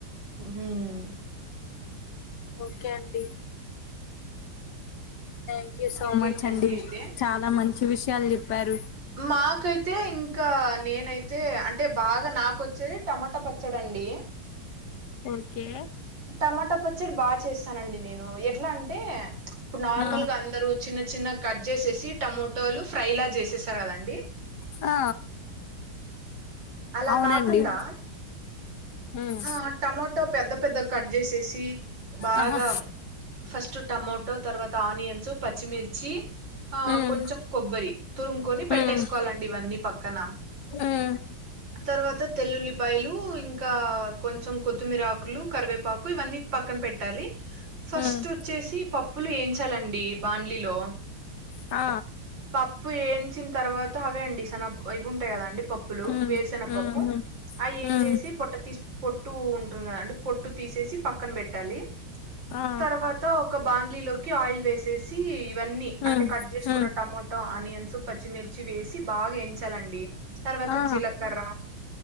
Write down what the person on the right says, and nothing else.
ఉమ్
ఇంకేంటండి
అయితే
మాకైతే ఇంకా నేనైతే అంటే బాగా నాకు వచ్చేది టమాటా పచ్చడ అండీ
టమాటా పచ్చడి బాగా చేస్తానండి నేను ఎట్లా అంటే ఇప్పుడు నార్మల్గా
అందరు చిన్న చిన్నగా కట్ చేసేసి టమాటోలు ఫ్రై లా చేసేసారు కదండి
అలా
కాకుండా
ఆ టమోటో పెద్ద పెద్దగా కట్ చేసేసి బాగా
ఫస్ట్ టమోటో తర్వాత ఆనియన్స్ పచ్చిమిర్చి ఆ
కొంచెం కొబ్బరి తురుముకొని పెట్టేసుకోవాలండి
ఇవన్నీ పక్కన
తర్వాత తెల్లుల్లిపాయలు ఇంకా కొంచెం కొత్తిమీర ఆకులు కరివేపాకు ఇవన్నీ పక్కన పెట్టాలి ఫస్ట్
వచ్చేసి పప్పులు ఎంచాలండి బాండ్లీలో
పప్పు ఏంచిన తర్వాత అవే అండిసన ఇవి ఉంటాయి కద అండి పప్పు పప్పులు
వేరుశనఖపప్పు
అ ఏం
చేసి పొట్ట తీసి పొట్టు ఉంటుంది కదండి పొట్టు తీసేసి పక్కన పెట్టాలి
తర్వాత ఒక బాన్లీలోకి ఆయిల్ వేసేసి ఇవన్నీ అంటే
కట్ చేసుకున్నట్టు
ఆనియన్స్ పచ్చిమిర్చి వేసి బాగా ఎంచాలండి తర్వాత
జీలకర్ర